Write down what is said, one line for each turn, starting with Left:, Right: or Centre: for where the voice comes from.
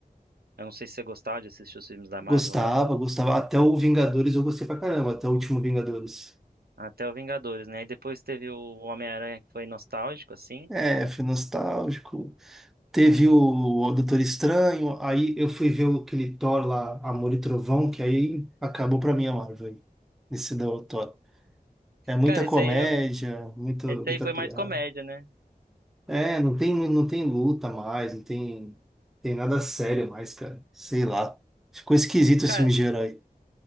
Right: Eu não sei se você gostava de assistir os filmes da Marvel
Centre: Gostava,
Right: ou não.
Centre: gostava. Até o Vingadores eu gostei pra caramba, até o último Vingadores.
Right: Até o Vingadores, né? E depois teve o Homem-Aranha, que foi nostálgico, assim.
Centre: É, foi nostálgico. Teve
Right: Uhum.
Centre: o, o Doutor Estranho, aí eu fui ver o- aquele Thor lá, Amor e Trovão, que aí acabou pra mim a Marvel, aí, nesse do Thor. É muita
Right: Cara,
Centre: comédia,
Right: esse aí, eu-
Centre: muito,
Right: esse
Centre: muita
Right: aí foi
Centre: piada.
Right: mais comédia, né?
Centre: É, não tem, não tem luta mais, não tem, tem nada sério mais, cara. Sei lá. Ficou esquisito
Right: Cara,
Centre: esse filme de herói.